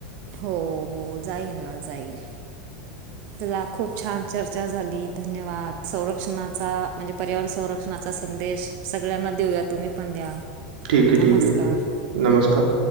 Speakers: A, on the right; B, on the right.
A: हो हो जाईल ना जाईल. चला खूप छान चर्चा झाली धन्यवाद संरक्षणाचा म्हणजे पर्यावरण संरक्षणाचा संदेश. सगळ्यांना देऊया तुम्ही पण द्या
B: ठीक आहे
A: नमस्कार
B: ठीक आहे नमस्कार